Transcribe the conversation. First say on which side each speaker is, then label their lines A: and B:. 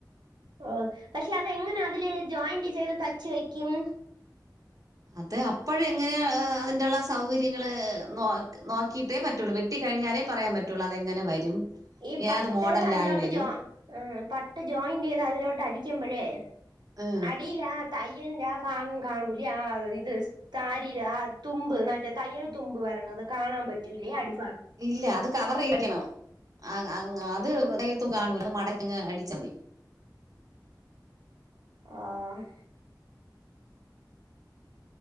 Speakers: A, on the right; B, on the right.
A: ഓ പക്ഷെ അതെങ്ങനെ അതില് ജോയിന്റ് ചെയ്ത് തച്ചി വെക്കും
B: അത് അപ്പഴെങ്ങന അതിൻ്റെള്ള സൗകര്യങ്ങൾ നോ നോക്കിയിട്ടേ പറ്റുള്ളൂ വെട്ടിക്കഴിഞ്ഞാലേ പറയാൻ പറ്റുള്ളൂ അതെങ്ങനെ വരും
A: ഈ പട്ട്
B: ഏത് മോഡലിലായി
A: അതിലോട്ട്
B: വരും
A: ജോ പട്ട് ജോയിന്റ് ചെയ്ത് അതിലോട്ട് അടിക്കുമ്പഴേ
B: ഉം
A: അടിലാ തയ്യൽന്റെ ആ ഫാനം കാണൂല്ലേ ആ ഇത് താരിര് ആ തുമ്പ് മറ്റേ തയ്യൽ തുമ്പ് വരണത് കാണാൻ പറ്റൂലേ അട്
B: ഇല്ല അത് കവറെയിക്കണം ആങ് ആങ് അത് തയ്യൽ തും കാണൂല്ലാ മടക്കിങ്ങ് അടിച്ച മതി.
A: ആഹ്